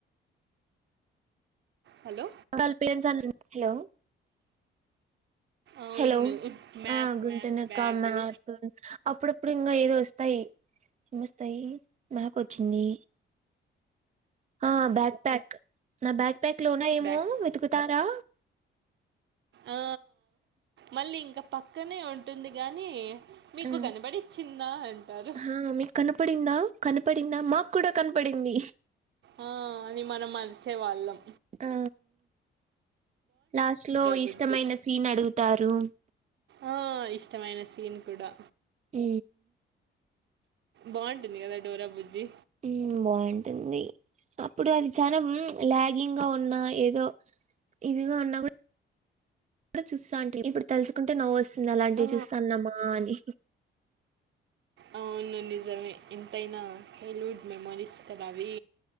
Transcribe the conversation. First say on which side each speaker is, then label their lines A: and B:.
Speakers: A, on the right; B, on the right.
A: హలో
B: వాళ్ళ పేరెన్స్ ఆన్ హలో
A: అవును
B: హలో
A: మ్యాప్
B: ఆ గుంటనకా
A: మ్యాప్ బ్యాగు
B: మ్యాప్ అప్పుడు ఇప్పుడు ఇంగా ఏదో వస్తాయి ఏమొస్తాయి మ్యాప్ వచ్చింది. ఆ బ్యాక్ ప్యాక్ నా బ్యాక్ ప్యాక్ లోన ఏమో
A: బ్యాగ్
B: వెతుకుతారా
A: ఆ మళ్ళీ ఇంకా పక్కనే ఉం ఉంటుంది కానీ మీకు
B: ఆ
A: కనబడిచ్చిందా అంటారు
B: హ మీకు కనపడిందా కనపడిందా మాకు కూడా కనపడింది
A: ఆ అని మనం మరిచే వాళ్ళం
B: ఆ లాస్ట్ లో
A: బుజ్జి
B: ఇష్టమైన సీన్ అడుగుతారు
A: ఆ ఇష్టమైన సీన్ కూడా
B: ఉ
A: బాగుంటుంది కదా డోరా బుజ్జి
B: ఉ బాగుంటుంది అప్పుడు అది చానా ఉమ్ ల్యాగింగ్ గా ఉన్నా ఏదో ఇదిగా ఉన్నా కూడా ఇప్పుడు చూస్తంటి ఇప్పుడు తలచుకుంటే నవ్ వస్త అలాంటివి
A: ఆ,
B: చూస్తాన్నమ్మా అని
A: అవును నిజమే ఎంతైనా చైల్డ్హుడ్ మెమొరీస్ కదా అవి